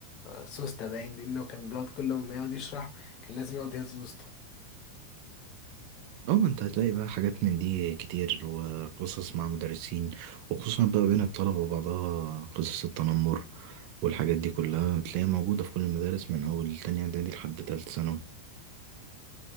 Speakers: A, on the left (about 40°); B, on the right (about 45°).
A: سوسته باين لأنه كان بيقعد كل ما يقعد يشرح كان لازم يقعد يهز وسطه
B: اه ما انت هتلاقي بقى حاجات من دي كتير وقصص مع مدرسين وخصوصا بقى بين الطلبة وبعضها قصص التنمر والحاجات دي كلها تلاقيها موجودة في كل المدارس من أول تانية إعدادي لحد تالتة ثانوي